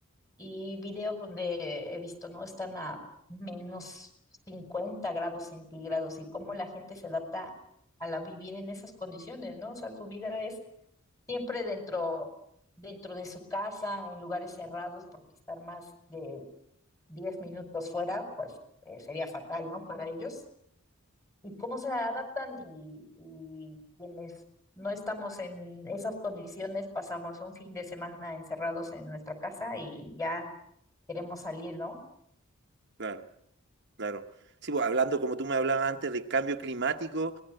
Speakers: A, on the left (about 15°); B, on the right (about 55°).
A: y videos donde he visto, ¿no? Están a menos cincuenta grados centígrados y cómo la gente se adapta a la vivir en esas condiciones, ¿no? O sea, su vida es siempre dentro, dentro de su casa, en lugares cerrados, porque estar más de 10 minutos fuera, pues eh, sería fatal, ¿no? Para ellos. Y cómo se adaptan y, y quienes no estamos en esas condiciones, pasamos un fin de semana encerrados en nuestra casa y ya queremos salir, ¿no?
B: Claro, claro. Sí, pues, hablando como tú me hablabas antes del cambio climático,